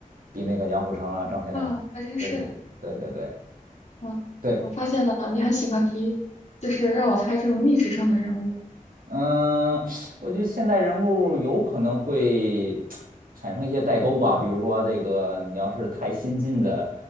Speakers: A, on the right; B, on the left.
A: 比那个杨虎城啊、张学良。
B: 啊，还真是，
A: 对，对，对，对，对，
B: 嗯，
A: 对。
B: 我发现了，你很喜欢提，就是让我猜这种历史上的人物，
A: 嗯，我觉得现代人物有可能会产生一些代沟吧，比如说这个，你要是太新进的